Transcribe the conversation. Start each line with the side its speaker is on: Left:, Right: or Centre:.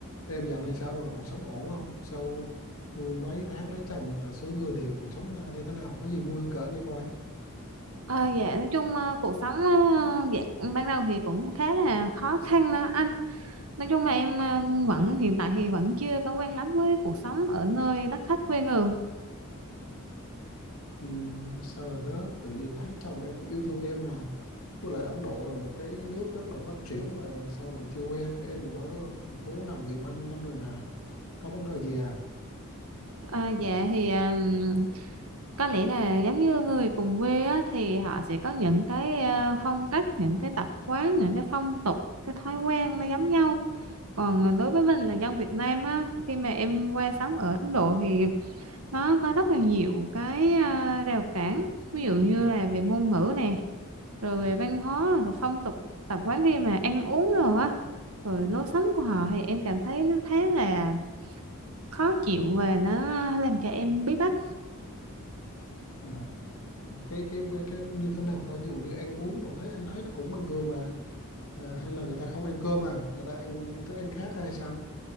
Left: Em dạo này sao rồi? Cuộc sống ổn không? Sau ừ, mấy tháng lấy chồng à, sướng người thì cuộc sống à, như thế nào? Có gì vui không kể nghe coi.
Right: Ờ, dạ nói chung ờ, cuộc sống ờ, dạ ban đầu thì cũng khá là khó khăn đó anh nói chung là em ờ, vẫn hiện tại thì vẫn chưa có quen lắm với cuộc sống ở nơi đất khách quê người
Left: Ừm, sao lại thế? Tại vì thấy chồng em cũng yêu thương em mà. Với lại Ấn Độ là một cái nước rất là phát triển mà sao lại chưa quen. Em cũng ở thành phố làm việc bao nhiêu năm rồi mà. Có vấn đề gì à?
Right: à, dạ thì ừm, có lẽ là giống như người cùng quê á, thì họ sẽ có những cái ờ, phong cách những cái tập quán những cái phong tục cái thói quen nó giống nhau còn ờ, đối với mình là dân Việt Nam á khi mà em qua sống ở Ấn Độ thì nó có rất là nhiều cái à, rào cản ví dụ như là về ngôn ngữ nè rồi về văn hóa rồi phong tục tập quán khi mà ăn uống rồi á rồi lối sống của họ thì em cảm thấy nó khá là khó chịu và nó làm cho em bí bách
Left: À, cái cái cái, cái như thế nào ta? Ví dụ như ăn uống rồi thấy anh thấy nó cũng bình thường mà. À, hay là người ta không ăn cơm à? Người ta ăn, ăn thức ăn khác hay sao?